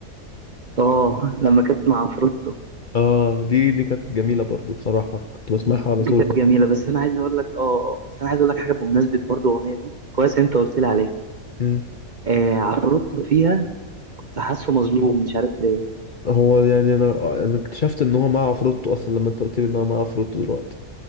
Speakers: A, on the right; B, on the left.
A: اه لما كانت مع عفروتو
B: اه دي دي كانت جميلة برضو بصراحة كنت بسمعها على
A: دي
B: طول
A: كانت جميلة بس انا عايز اقول لك اه آه، بس انا عايز اقول لك حاجة بمناسبة برضو الاغنية دي كويس انت قلت لي عليها
B: مم.
A: آه عفروتو فيها كنت حاسه مظلوم مش عارف ليه
B: هو يعني انا انا اكتشفت ان هو مع عفروتو اصلا لما انت قلت لي ان هو مع عفروتو دلوقتي